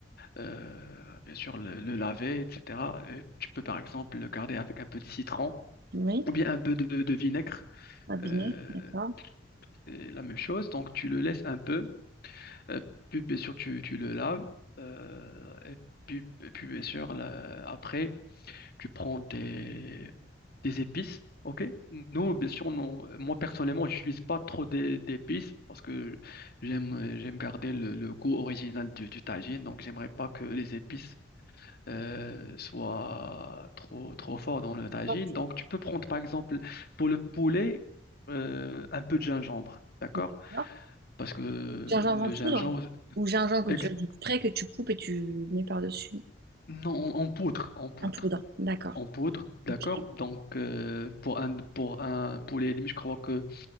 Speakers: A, on the left; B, on the right.
A: Euh, bien sûr, le, le laver, etc. Euh, tu peux par exemple le garder avec un peu de citron
B: Oui,
A: ou bien un peu de, de vinaigre.
B: un dîner,
A: Euh,
B: d'accord.
A: c'est la même chose. Donc, tu le laisses un peu. Euh, puis bien sûr tu, tu le laves euh, et puis, et puis, bien sûr là, après tu prends des, des épices. Ok? Non, bien sûr, non. Moi, personnellement, j'utilise pas trop d'é- d'épices parce que j'aime euh, j'aime garder le, le goût original du, du tagine. Donc, j'aimerais pas que les épices euh, soient trop, trop forts dans le
B: D'accord.
A: tagine. Donc, tu peux prendre, par exemple, pour le poulet, euh, un peu de gingembre. D'accord?
B: D'accord.
A: Parce que le
B: Gingembre en poudre?
A: gingembre,
B: Ou gingembre que
A: Ex-
B: tu as frais que tu coupes et tu mets par-dessus?
A: Non, en, en poudre, en poudre,
B: En poudre, d'accord.
A: en poudre, d'accord.
B: Ok,
A: Donc euh, pour un pour un poulet et demi je crois que